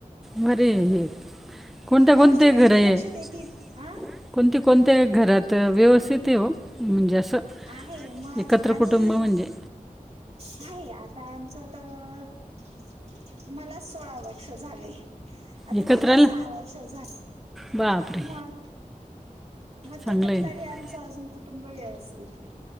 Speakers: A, in the centre; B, on the right.
A: बरे ये हे, कोणत्या कोणते
B: घरची व्यक्ती
A: घरये
B: लक्ष
A: हे.
B: देतील हा
A: कोणते कोणत्या घरात, व्यवस्थितय ओ. म्हणजे आसं
B: आहे मग
A: एकत्र
B: आणि
A: कुटुंब म्हणजे
B: आहे. आता आमचं त मला सोळा वर्ष झाले. आता
A: एकत्र
B: तिला
A: आलं
B: सा वर्ष झाले.
A: बापरे
B: मग मग
A: चांगलं
B: त्याच्यात
A: आहे
B: तरी आमचं अजून कुटुंब व्यवस्थित आहे.